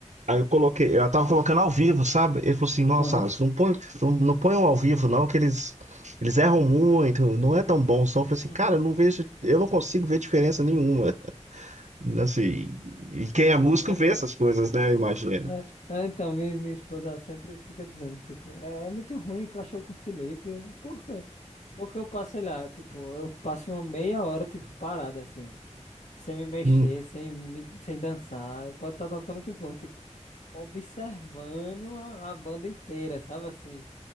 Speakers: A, on the right; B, on the left.
A: Aí eu coloquei, eu tava colocando ao vivo, sabe? Ele falou assim, nossa,
B: Aham.
A: Alisson, não põe, não, não ponham ao vivo, não, que eles, eles erram muito, não é tão bom o som. Eu falei assim,
B: Uhum.
A: cara, eu não vejo, eu não consigo ver diferença nenhuma. Assim, e quem é músico
B: É,
A: vê
B: Então,
A: essas coisas, né? Imagina.
B: é, é, então mi- minha esposa sempre fica dizendo, tipo, é, é muito ruim ir pra show com o Felipe. Eu, Por quê? Porque eu passo, sei lá, tipo, eu passo uma meia hora, tipo, parada assim, ó. Sem me mexer,
A: Hum.
B: sem, me- sem dançar. Pode estar tocando o que for, tipo, observando a, a banda inteira, sabe assim?